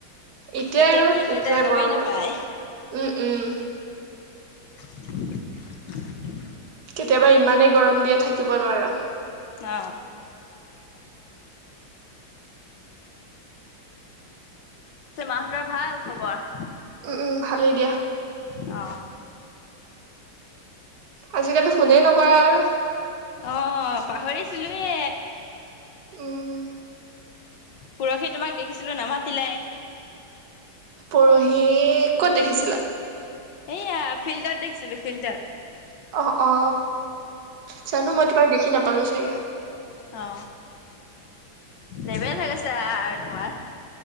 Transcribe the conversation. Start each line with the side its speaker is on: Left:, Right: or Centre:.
Right: এতিয়াই
Left: কেতিয়া
Right: ৰ'দ
Left: কি হৈ
Right: এতিয়াই
Left: যায় গমেই
Right: বৰষুণ
Left: নাপায়
Right: উম। উম।
Left: <unintelligible> <unintelligible>
Right: কেতিয়াবা ইমানেই গৰম দিয়ে থাকিব নোৱাৰো।
Left: অ। চ মাহতৰ ভাল খবৰ।
Right: উম উম ভালেই দিয়া।
Left: অ।
Right: আজিকালি। ফোনেই নকৰা আৰু
Left: অ পাহৰিছ। চিলুৱে।
Right: উম।
Left: পৰহি তোমাক দেখিছিলো নামাতিলাই।
Right: পৰহি কত দেখিছিলা।
Left: এইয়া ফিল্ডত দেখিছিলো ফিল্ডত।
Right: অ অ জানো মই তোমাক দেখি নাপালো চাগে।
Left: অ লেবেল হৈ গৈছে আৰু তোমাৰ।